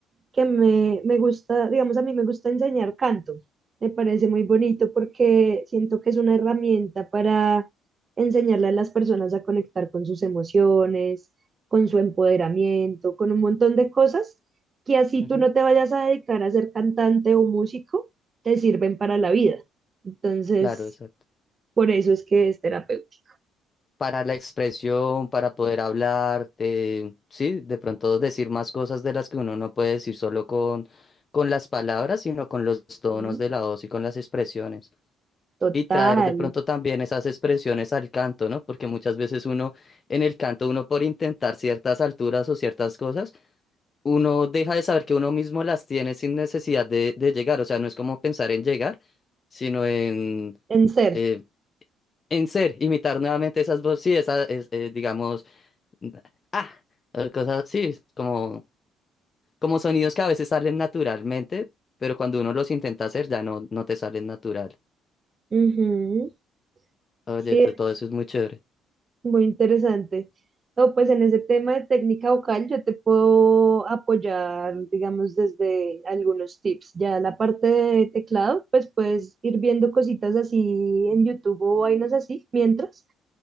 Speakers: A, on the right; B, on the left.
A: que me, me gusta, digamos, a mí me gusta enseñar canto. Me parece muy bonito porque siento que es una herramienta para enseñarle a las personas a conectar con sus emociones, con su empoderamiento, con un montón de cosas que así
B: ujú,
A: tú no te vayas a dedicar a ser cantante o músico, te sirven para la vida. Entonces,
B: claro, exacto.
A: por eso es que es terapéutico.
B: Para la expresión, para poder hablar, eh, sí, de pronto decir más cosas de las que uno no puede decir solo con, con las palabras, sino con los tonos
A: ¿no?
B: de la voz y con las expresiones.
A: Total,
B: Y traer de pronto también esas expresiones al canto, ¿no? Porque muchas veces uno, en el canto, uno por intentar ciertas alturas o ciertas cosas, uno deja de saber que uno mismo las tiene sin necesidad de, de llegar. O sea, no es como pensar en llegar, sino en,
A: en ser.
B: eh, en ser, imitar nuevamente esas voces, sí, esa, es- eh, digamos, n- ah, o cosas, sí, como, como sonidos que a veces salen naturalmente, pero cuando uno los intenta hacer ya no, no te salen natural.
A: Ujú,
B: Oye,
A: Sí,
B: t- todo eso es muy chévere.
A: Muy interesante. No, pues en ese tema de técnica vocal yo te puedo apoyar, digamos, desde algunos tips. Ya la parte de teclado, pues puedes ir viendo cositas así en YouTube o vainas así, mientras,